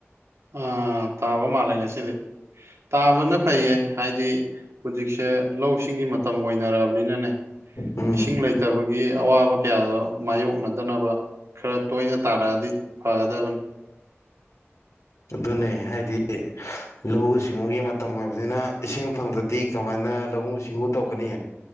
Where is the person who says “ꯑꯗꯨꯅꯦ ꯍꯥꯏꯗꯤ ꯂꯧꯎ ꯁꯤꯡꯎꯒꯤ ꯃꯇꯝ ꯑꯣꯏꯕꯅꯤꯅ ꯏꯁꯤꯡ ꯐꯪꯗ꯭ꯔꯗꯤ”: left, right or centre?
Left